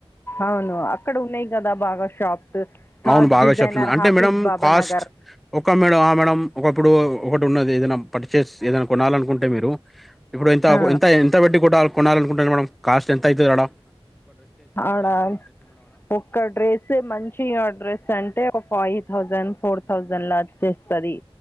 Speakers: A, on the left; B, in the centre.
A: అవును అక్కడ ఉన్నాయి కదా బాగా షాప్స్ థాట్
B: అవును బాగా
A: డిజైనర్
B: చెప్తున్నారు. అంటే
A: హాఫీజ్
B: మేడం
A: బాబా
B: కాస్ట్
A: నగర్
B: ఒకే మేడం. మేడం ఒకప్పుడు ఒక ఉన్నది ఏదనా పర్చేజ్ ఏదైనా కొనాలనుకుంటే మీరు ఇప్పుడు
A: ఆ
B: ఎంత బెట్టి కొనాలనుకుంటారు. కొనాల అనుకుంటన్నారు మేడం కాస్ట్ ఎంత అవుతుంది మేడమ్
A: ఆడా ఒక్క డ్రెస్ మంచి అంటే ఫైవ్ థౌజండ్ ఫోర్ థౌజండ్ లో వచ్చేస్తాది.